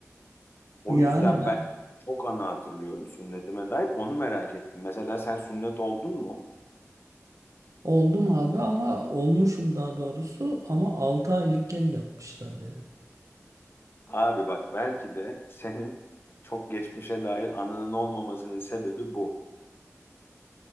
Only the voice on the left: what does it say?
o
yüzden
ben çok anı hatırlıyorum sünnetime dair. Onu merak ettim. Mesela sen sünnet oldun mu?
Abi bak belki de senin çok geçmişe dair anının olmamasının sebebi bu.